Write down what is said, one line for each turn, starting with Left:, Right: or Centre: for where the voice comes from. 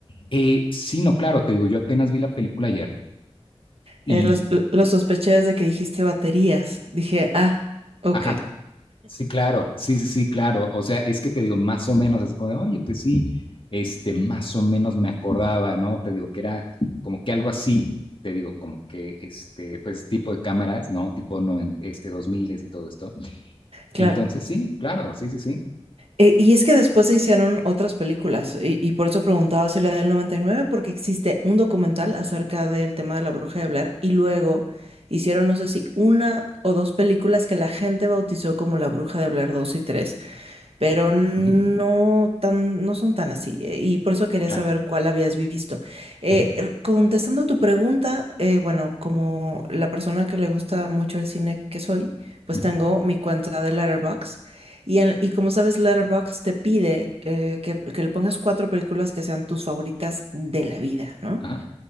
Left: Eh, sí, no, claro, te digo, yo apenas vi la película ayer y,
Right: Eh, los, lo lo sospeché desde que dijiste baterías, dije, ah, ok.
Left: ajá, Sí, claro, sí, sí, sí, claro. O sea, es que te digo, más o menos, así como de, oye, pues sí, este, más o menos me acordaba, ¿no? Te digo que era como que algo así, te digo, como que este, pues tipo de cámaras, ¿no? Tipo noven- este, 2000 y todo esto.
Right: Claro.
Left: Entonces, sí, claro, sí, sí, sí.
Right: Eh, y es que después se hicieron otras películas, y, y por eso preguntaba si la del 99 porque existe un documental acerca del tema de la bruja de Blair, y luego hicieron, no sé si una o dos películas que la gente bautizó como La Bruja de Blair 2 y 3 pero no
Left: Ujú,
Right: tan, no son tan así. eh, Y por eso quería
Left: claro.
Right: saber cuál habías visto. Eh,
Left: Ujú,
Right: r- contestando tu pregunta, eh, bueno, como la persona que le gusta mucho el cine que soy, pues
Left: ujú,
Right: tengo mi cuenta de Letterboxd. Y, en- y como sabes, Letterboxd te pide eh, que, que le pongas cuatro películas que sean tus favoritas de la vida, ¿no?
Left: ajá,